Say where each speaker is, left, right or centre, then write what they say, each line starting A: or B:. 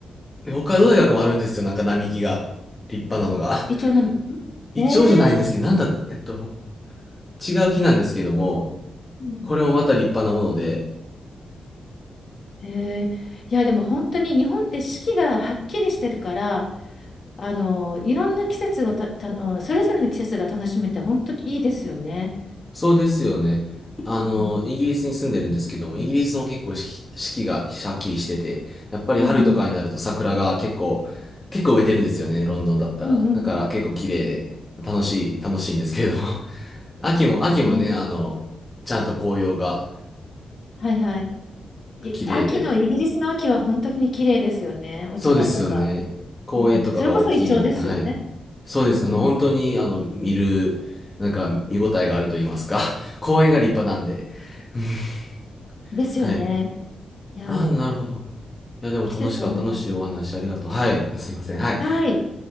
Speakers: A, on the left; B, on the left.
A: 北海道大学もあるんですよ。なんか並木が。立派なのが。
B: イチョウ並木ねえ
A: <laughs> 一応じゃないんですけど、なんだ、えっと、ほ違う木なんですけども、
B: うん。
A: これもまた立派なもので、
B: え。へえ。いや、でも本当に日本って四季がはっきりしてるから、あの、いろんな季節をた、た、あのそれぞれの季節が楽しめて、本当にいいですよね。
A: そうですよね。あの、
B: うん
A: イギリスに住んでるんですけども、イギリスも結構四季四季がしゃっきりしてて、やっぱり春とかになると桜が結構、
B: うんうん。
A: 結構植えてるんですよね、ロンドンだったら。
B: うんうん。
A: だから結構綺麗で、楽しい、楽しいんですけれども。<laughs> 秋も、秋もね、
B: ね、
A: あの、ちゃんと紅葉が
B: はいはい。い、
A: 綺麗で、
B: 秋の、イギリスの秋は本当に綺麗ですよね。落ち葉とか。
A: そうですよね。公園とかが大きいので、
B: うん。それこそイチョウですよね。
A: はい。そうです。
B: うん。
A: あの、本当に、あの、見る、なんか、見応えがあると言いますか。<laughs> 公園が立派なんで。<laughs>
B: ですよね。
A: はい。
B: いや、
A: ああ、なるほど。いや、でも楽しかった。
B: 季節が本当に。
A: 楽しいお話ありがとう。はい。あすいません。はい。
B: はい。